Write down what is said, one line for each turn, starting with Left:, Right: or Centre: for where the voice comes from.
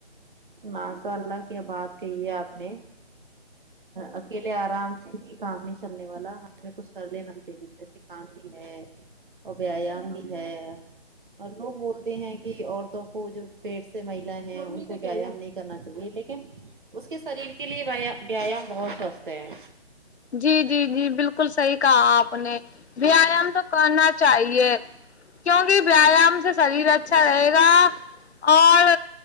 Right: ماشاء اللہ کی بات کہی ہے آپ نے اکیلے آرام سے ہی کام نہیں چلنے والا ہمیں کچھ کر لینا بھی چاہیے کام بھی ہے اور ویام بھی ہے اور لوگ بولتے ہیں کہ عورتوں کو جو پیٹ سے مہیلا ہیں ان کو ویام نہیں کرنا چاہیے لیکن اس کے شریر کے لیے ویایام بہت سوستھ ہے
Left: جی جی جی بالکل صحیح کہا آپ نے ویایام تو کرنا چاہیے کیونکہ ویایام سے شریر اچھا رہے گا اور